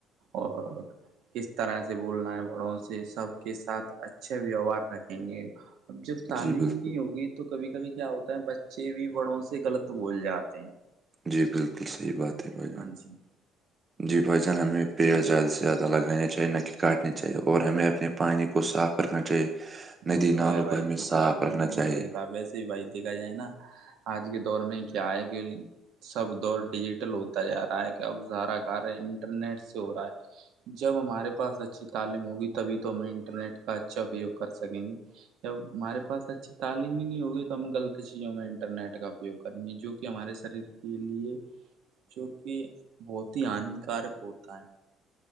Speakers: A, on the right (about 70°); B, on the right (about 20°).
A: اور کس طرح سے بولنا ہے بڑوں سے سب کے ساتھ اچھا ویوہار رکھیں گے اب جب تعلیم
B: جی بالکل
A: نہیں ہوگی تو کبھی کبھی کیا ہوتا ہے بچے بھی بڑوں سے غلط بول جاتے ہیں
B: جی بالکل صحیح بات ہے بھائی جان
A: ہاں جی
B: جی بھائی جان ہمیں پیڑ زیادہ سے زیادہ لگانے چاہیے نہ کہ کاٹنے چاہیے اور ہمیں اپنے پانی کو صاف رکھنا چاہیے
A: وہ
B: ندی
A: تو
B: نالوں
A: ہے بھائی
B: کو ہمیں
A: بالکل
B: صاف
A: آپ نے
B: رکھنا
A: بالکل
B: چاہیے
A: صحیح کہا ویسے بھائی دیکھا جائے نہ آج کے دور میں کیا ہےئے کہ سب دور ڈیجیٹل ہوتا جا رہا ہے کہ اب ارا کار انٹرنیٹ سے ہو رہا ہے جب ہمارے پا اچھی تعلیم ہوگی تبھی تو ہمیں انٹرنیٹ کا اچھا اپیوگ کر سکیں گے جب ہمارے پاس اچھی تعلیم ہی نہیں ہوگی تو ہم غلط چیزوں میں انٹرنیٹ کا اپیوگ کریں گے جو کہ ہمارے شریر کے لیے جو کہ بہت ہی ہانیکارک ہوتا ہے